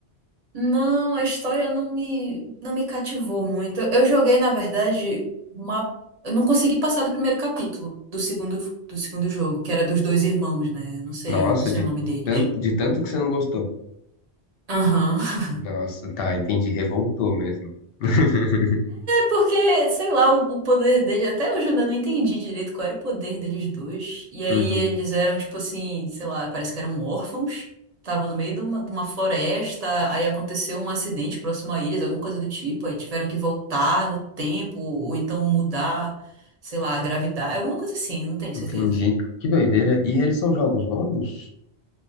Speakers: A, on the right (about 40°); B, on the left (about 65°).
A: Não, a história não me não me cativou muito. Eu eu joguei, na verdade, uma eu não consegui passar do primeiro capítulo do segundo do segundo jogo, que era dos dois irmãos, né? Não sei,
B: Nossa,
A: não sei
B: de
A: o nome deles.
B: tanto, de tanto que você não gostou.
A: Aham.
B: Nossa, tá, entendi. Revoltou mesmo. <laughs>
A: Porque, sei lá, o, o poder dele, até hoje eu ainda não entendi direito qual era o poder deles dois. E aí
B: Uhum,
A: eles eram, tipo assim, sei lá, parece que eram órfãos, estavam no meio de uma, de uma floresta, aí aconteceu um acidente próximo a eles, alguma coisa do tipo, aí tiveram que voltar no tempo, ou então mudar, sei lá, a gravidade, alguma coisa assim, não tenho
B: entendi.
A: certeza.
B: Que doideira. E eles são jogos longos?